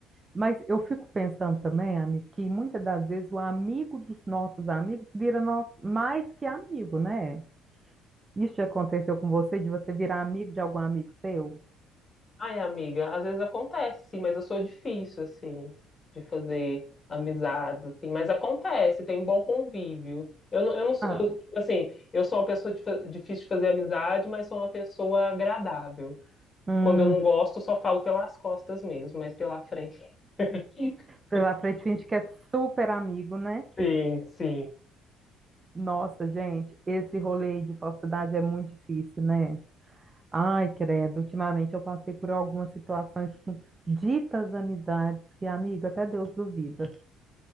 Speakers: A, on the right (about 30°); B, on the left (about 30°).
A: Mas eu fico pensando também, Ami, que muitas das vezes o amigo dos nossos amigos vira nós mais que amigo, né? Isso já aconteceu com você, de você virar amigo de algum amigo seu?
B: Ai, amiga, às vezes acontece, sim, mas eu sou difícil, assim, de fazer amizades, assim, mas acontece, tem um bom convívio. Eu não, eu não, sou-
A: Ah,
B: eu, tipo assim, eu sou uma pessoa de fa- difícil de fazer amizade, mas sou uma pessoa agradável.
A: hum,
B: Quando eu não gosto, eu só falo pelas costas mesmo, mas pela frente. <laughs>
A: pela frente finge que é super amigo, né?
B: Sim, sim.
A: Nossa, gente, esse rolê aí de falsidade é muito difícil, né? Ai, credo, ultimamente eu passei por algumas situações com ditas amizades que, amigo até Deus duvida.